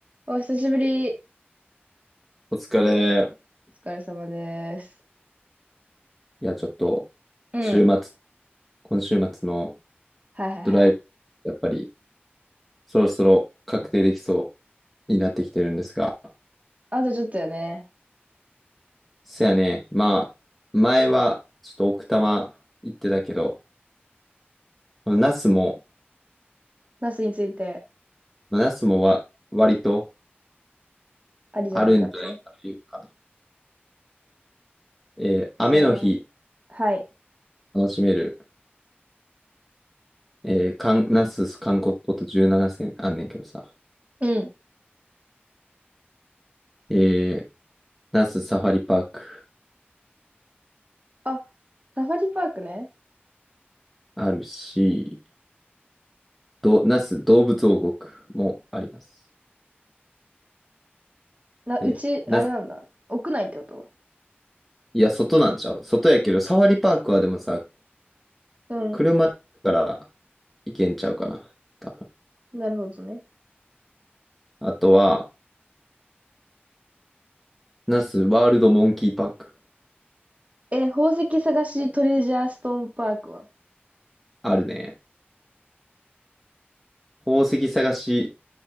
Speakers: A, on the right; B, in the centre.
A: お久しぶり。
B: お疲れ。
A: お疲れ様です。
B: いや、ちょっと、
A: うん。
B: 週末、今週末の
A: はいはいはい。
B: ドライブ、やっぱり、そろそろ確定できそうになってきてるんですが。
A: あとちょっとよね。
B: せやね、まあ、前は、ちょっと奥多摩行ってたけど、この那須も、
A: ナスについて
B: まあ、那須もわ、割と
A: ありじゃないかって。
B: あるんじゃないかというか、えー雨の日
A: じゃあ、はい。
B: 楽しめる、えー、かん、那須観光スポット17選あんねんけどさ、
A: うん。
B: えー、那須サファリパーク
A: あ、サファリパークね。
B: あるし、ど、那須動物王国もあります。
A: な、
B: で、
A: うち、
B: 那須、
A: あれなんだ。屋内ってこと
B: いや、外なんちゃう外やけど、サファリパークはでもさ、
A: うん。
B: 車から行けんちゃうかな。多分。
A: なるほどね。
B: あとは、那須ワールドモンキーパーク。
A: え、宝石探しトレジャーストーンパークは
B: あるね。宝石探し、